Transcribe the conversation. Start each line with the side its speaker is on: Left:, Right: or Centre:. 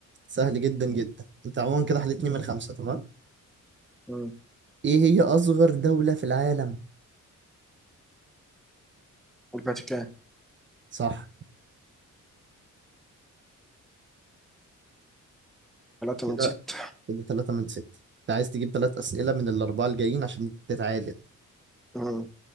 Right: سهل جدا جدا انت عموما كده حليت اتنين من خمسة تمام
Centre: مم.
Right: ايه هي أصغر دولة في العالم
Centre: والفاتيكان
Right: صح
Centre: ثلاثة
Right: كده
Centre: نسيت
Right: كده تلاتة من ستة انت عايز تجيب تلات أسئلة من الأربعة الجايين عشان تتعادل
Centre: مم.